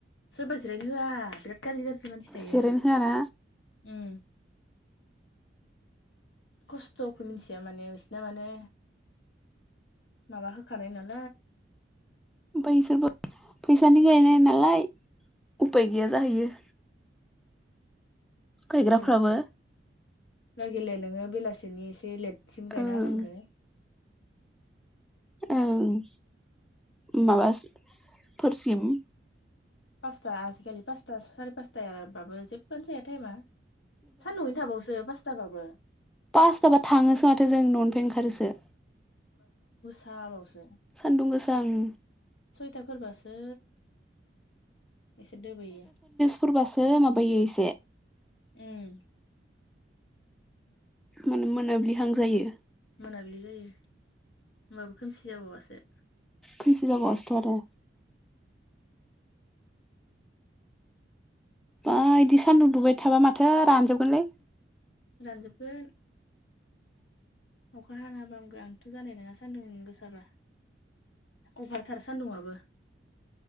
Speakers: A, on the left; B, in the centre.
A: सोरबा जिरायनो होआ बिराद गाज्रि गाज्रि मानसि दंङो
B: जिरायनो होआना
A: उम। खस्थ'खौ मिथिया माने बिसिना माने माबा होखानाय नालाय।
B: बैसोरबो फैसाानि गायनाय नालाय उफाय गैया जाहैयो। गायग्राफ्राबो
A: गैया लागिले नोङो बेलासिनि एसे लेट सिम गायना
B: ओं
A: होनांगौ
B: ओं माबाफोरसिम
A: पासथा आजिखालि पासता सारि पासताबो जेबबोआनो जाया टाइमा सानदुयैनो थाबावसो पासताबाबो
B: पासताबा थाङोसो माथो जों न'निफ्राय ओंखारोसो
A: थ बावसो <unintelligible>
B: सान्दुं गोसा उम
A: सयथाफोरबासो एसे दोबैयो
B: सोरबासो माबायो एसे
A: उम
B: माने मोनाब्लिहां जायो।
A: मोनाब्लि जायो होमबाबो खोमसि जाबावासो।
B: खोमसि जाबावासोथ' आरो बा बिदि सान्दुं दुबाय थाबा माथो रानजोबगोनलै
A: रानजोबगोन
B: <unintelligible>
A: अखा हाना होबा हामग आंथ' जानाय नङा सान्दुं गोसाबा अभारथार सान दुंङाबो